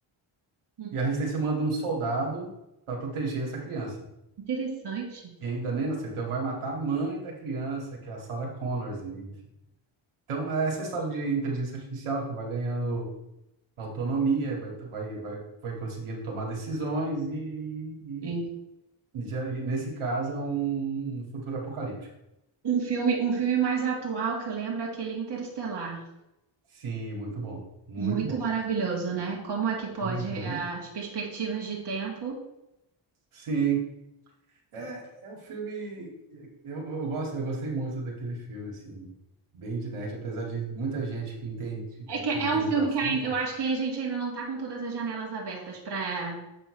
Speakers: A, on the right; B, on the right.
A: hum,
B: e a resistência manda um soldado para proteger essa criança.
A: interessante.
B: que ainda nem nasceu. Então vai matar a mãe da criança, que é a Sarah Connors, enfim. Então, é essa história de inteligência artificial que vai ganhando autonomia, vai, vai, vai, vai conseguindo tomar decisões e, e,
A: É.
B: e já- e nesse caso, é um futuro apocalíptico.
A: Um filme, um filme mais atual que eu lembro é aquele Interestelar.
B: Sim, muito bom, muito
A: Muito
B: bom.
A: maravilhoso, né? Como é que pode
B: Uhum.
A: eh, as perspectivas de tempo?
B: Sim, é, é um filme, eu, eu gosto, eu gostei muito daquele filme, assim, bem de nerd, apesar de muita gente que entende,
A: É que
B: que entende
A: é um filme
B: do assunto,
A: que ai- eu acho que a gente ainda não tá com todas as janelas abertas para